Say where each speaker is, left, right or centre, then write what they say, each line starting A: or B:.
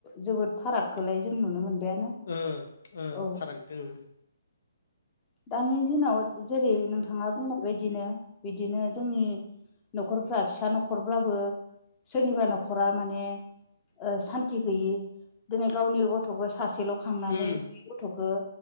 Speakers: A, on the left; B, on the left.
A: जोबोद फारागखौलाय जों नुनो मोनबायानो
B: ओ ओ
A: औ
B: फाराग दङ
A: दानि दिनाव जेरै नोंथाङा बुंनाय बायदिनो बिदिनो जोंनि न'खरफ्रा फिसा न'खरब्लाबो सोरनिबा न'खरा माने ओ सान्ति गैयै दिनै गावनि गथ'खौ सासेल' खांनानै
B: उम
A: बे गथ'खौ